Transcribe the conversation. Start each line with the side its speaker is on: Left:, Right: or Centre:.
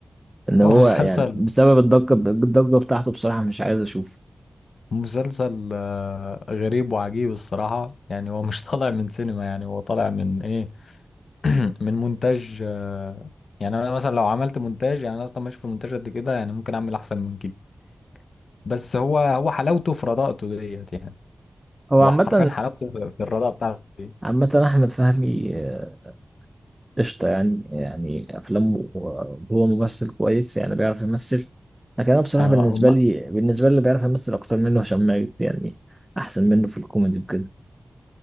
Right: إن هو
Left: هو مسلسل
Right: يعني بسبب الضجة الضجة بتاعته بصراحة مش عايز أشوفه
Left: مسلسل آه، غريب وعجيب الصراحة يعني هو مش <laughs> طالع من سينما يعني هو طالع من ايه <clears throat> من مونتاج آه، يعني انا مثلا لو عملت مونتاج يعني انا اصلا مش في المونتاج قد كده يعني ممكن اعمل احسن من كده بس هو هو حلاوته في رداءته ديت يعني
Right: هو
Left: هو
Right: عامة
Left: حرفيا حلاوته في في الرداءة بتاعته دي
Right: عامة أحمد فهمي آه، قشطة يعني يعني أفلامه آه، هو ممثل كويس يعني بيعرف يمثل لكن أنا بصراحة
Left: آه
Right: بالنسبة
Left: هم
Right: لي بالنسبة لي اللي بيعرف يمثل أكتر منه هشام ماجد يعني أحسن منه في الكوميدي وكده